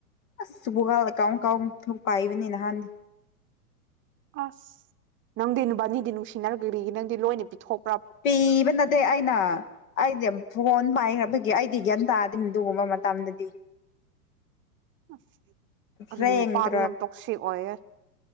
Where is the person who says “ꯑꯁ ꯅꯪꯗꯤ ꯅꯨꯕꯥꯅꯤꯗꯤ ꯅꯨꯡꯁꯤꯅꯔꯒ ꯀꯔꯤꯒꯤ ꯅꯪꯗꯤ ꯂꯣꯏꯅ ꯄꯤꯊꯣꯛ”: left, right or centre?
Right